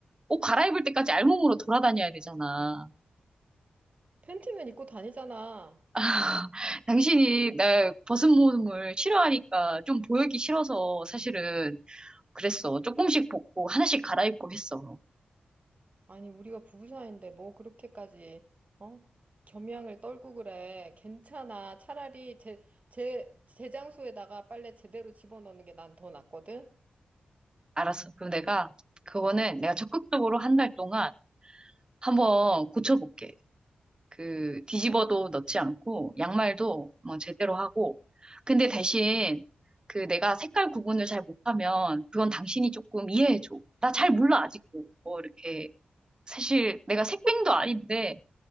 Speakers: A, on the right; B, on the right.
A: 옷 갈아입을 때까지 알몸으로 돌아다녀야 되잖아.
B: 팬티는 입고 다니잖아.
A: <laughs> 당신이 나 벗은 몸을 싫어하니까 좀 보이기 싫어서 사실은 그랬어. 조금씩 벗고 하나씩 갈아입고 했어.
B: 아니, 우리가 부부 사이인데 뭐 그렇게까지, 어? 겸양을 떨고 그래. 괜찮아. 차라리 제, 제, 제 장소에다가 빨래 제대로 집어넣는 게 난 더 낫거든?
A: 알았어. 그럼 내가 그거는 내가 적극적으로 한 달 동안 한번 고쳐볼게. 그 뒤집어도
B: 네.
A: 넣지 않고 양말도 뭐 제대로 하고 근데 대신 그 내가 색깔 구분을 잘 못하면 그건 당신이 조금 이해해줘. 나 잘 몰라 아직도 뭐 이렇게 사실 내가 색뱅도 아닌데